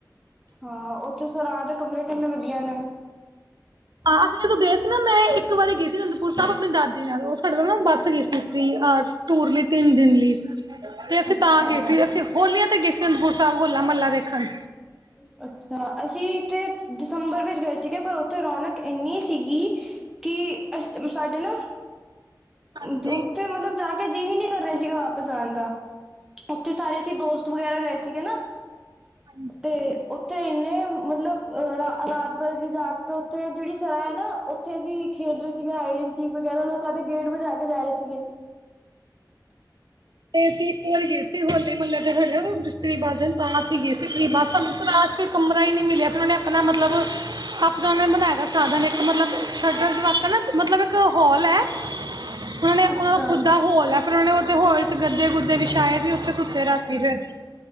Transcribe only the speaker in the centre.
ਹਾਂ ਉੱਥੇ ਸੁਕਰਾਤ ਦੇ ਕਮਰੇ ਕਿੰਨੇ ਵਧੀਆ ਨੇ
ਅੱਛਾ
<unintelligible> ਅੱਛਾ ਅਸੀਂ ਤੇ ਦਸੰਬਰ ਵਿੱਚ ਗਏ ਸੀਗੇ ਪਰ ਉੱਥੇ ਰੌਨਕ ਇੰਨੀ ਸੀਗੀ ਕਿ ਅਸੀਂ ਸਾਡੇ ਨਾ
ਉੱਥੇ ਮਤਲਬ ਜਾ ਕੇ ਜੀ ਹੀ ਨਹੀ ਕਰ ਰਹੇ ਸੀਗੇ ਵਾਪਿਸ ਆਉਣ ਦਾ ਥੇ ਸਾਰੇ ਅਸੀ ਦੋਸਤ ਵਗੈਰਾ ਗਏ ਸੀਗੇ ਨਾ
ਤੇ ਉੱਥੇ ਇੰਨੇ ਮਤਲਬ ਰਾਤ ਭਰ ਅਸੀਂ ਜਾ ਤੇ ਉੱਥੇ ਜਿਹੜੀ ਸਰਹ ਹੈ ਨਾ। ਉੱਥੇ ਅਸੀਂ ਖੇਡ ਰਹੇ ਸੀਗੇ ਹਾਈਡਡ ਸੀਫ ਵਗੈਰਾ ਲੋਕਾਂ ਦੇ ਗੇਟ ਵਜਾ ਕੇ ਜਾ ਰਹੇ ਸੀਗੇ
ਅੱਛਾ,